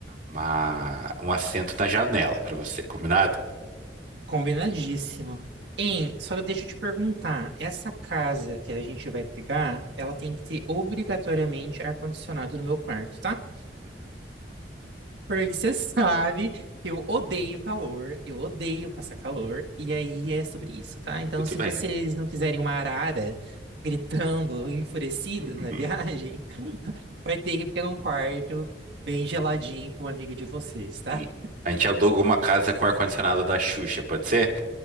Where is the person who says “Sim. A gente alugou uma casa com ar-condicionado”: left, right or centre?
Right